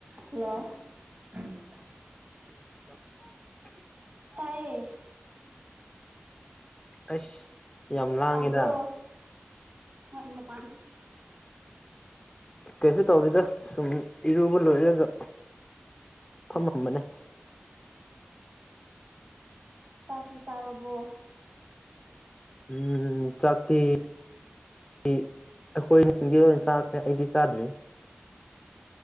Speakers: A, on the right; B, on the left.
A: Hello. <unintelligible>
B: <inaudible>
A: ꯇꯥꯑꯦ꯫
B: ꯑꯁ ꯌꯥꯝ ꯂꯥꯡꯉꯦꯗ꯫
A: ꯇꯧꯕ꯭ꯔꯣ ꯍꯣꯏ ꯃꯄꯝ꯫ <inaudible>
B: ꯀꯩꯁꯨ ꯇꯧꯗꯦꯗ ꯁꯨꯝ ꯏꯔꯨꯕ ꯂꯣꯏꯔꯒ ꯐꯝꯃꯝꯕꯅꯦ꯫
A: ꯆꯥꯛꯇꯤ ꯆꯥꯔꯕꯣ꯫
B: ꯎꯝ ꯆꯥꯛꯇꯤ ꯑꯩ ꯑꯩꯈꯣꯏ ꯁꯤꯡꯗꯤ ꯂꯣꯏ ꯆꯥꯈ꯭ꯔꯦ ꯑꯩꯗꯤ ꯆꯥꯗ꯭ꯔꯤ꯫